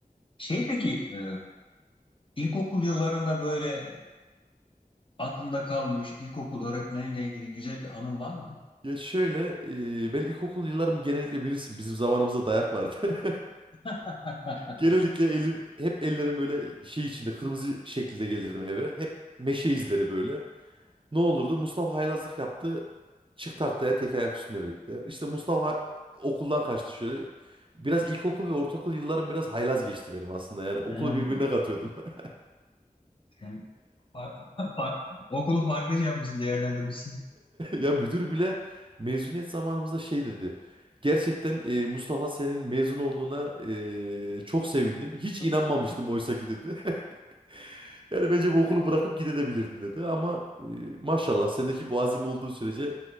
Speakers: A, on the left; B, on the right.
A: Şey peki, e, ilkokul yıllarında böyle aklında kalmış ilkokul öğretmeninle ilgili güzel bir anın var mı?
B: Ya şöyle e, ben ilkokul yıllarım genellikle bilirsin bizim zamanımızda dayak vardı. <laughs>
A: <laughs>
B: Genellikle elim hep ellerim böyle şey içinde kırmızı şekilde gelirdim eve. Hep meşe izleri böyle. Ne olurdu? Mustafa haylazlık yaptı. Çık tahtaya tek ayak üstünde bekle. İşte Mustafa ha- okuldan kaçtı şöyle. Biraz ilkokul ve ortaokul yıllarım biraz haylaz geçti benim aslında. Yani okulu
A: Hmm,
B: birbirine katıyordum <laughs>
A: sen fa- fa- okulu farklı şey yapmışsın, değerlendirmişsin.
B: Ya müdür bile mezuniyet zamanımızda şey dedi. Gerçekten e, Mustafa senin mezun olduğuna e, çok sevindim. Hiç
A: <laughs>
B: inanmamıştım oysa ki dedi. <laughs> Yani bence bu okulu bırakıp gidebilirdin dedi. Ama e, maşallah sendeki bu azim olduğu sürece